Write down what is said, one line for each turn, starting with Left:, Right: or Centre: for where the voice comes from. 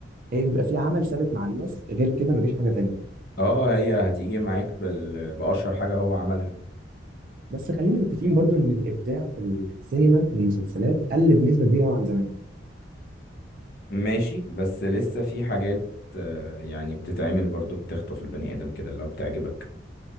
Right: هي بيبقى في عمل ثابت مع الناس غير كده مفيش حاجه تانية
Left: اه هي هتيجي معاك بال... بأشهر حاجة هو عملها
Right: بس خلينا متفقين برضو ان الابداع في السينما والمسلسلات قل بنسبه كبيره أوي عن زمان
Left: ماشي بس لسه في حاجات آه، يعني بتتعمل برضو بتخطف البني آدم كده اللي هو بتعجبك